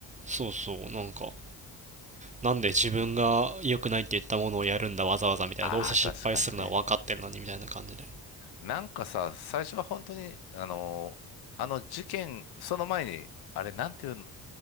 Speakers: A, on the right; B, on the left.
A: そうそう、なんか、なんで自分が良くないって言ったものをやるんだ、わざわざみたいな、
B: ああー、
A: どうせ失敗するのは分かってるのにみたいな感じで。
B: 確かにね。なんかさ、最初は本当に、あのーあの事件、その前に、あれ、なんていう